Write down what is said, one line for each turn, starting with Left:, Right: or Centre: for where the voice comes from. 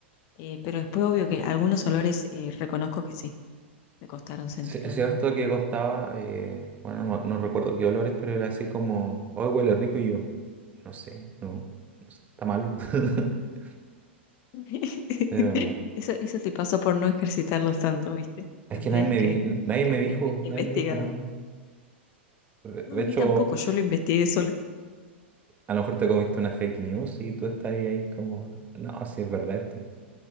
Left: Eh, pero después, obvio que algunos olores eh, reconozco que sí, me costaron sentirlo
Right: Sí, Es cierto
Left: de nuevo.
Right: que costaba, eh, bueno, no, no recuerdo qué olores, pero era así como, hoy huele rico y yo, no sé, no, no sé, está malo. <laughs>
Left: <laughs>
Right: Pero
Left: Eso, eso te pasó por no ejercitarlos tanto, ¿viste?
Right: es
Left: Tendrías
Right: que nadie me
Left: que,
Right: vi, nadie
Left: que
Right: me
Left: haber
Right: dijo,
Left: inve- investigado.
Right: nadie me dijo nada. De,
Left: No,
Right: de
Left: a
Right: hecho,
Left: mí tampoco, yo lo investigué sola.
Right: a lo mejor te comiste una fake news y tú estás ahí, ahí como, no, si es verdad esto,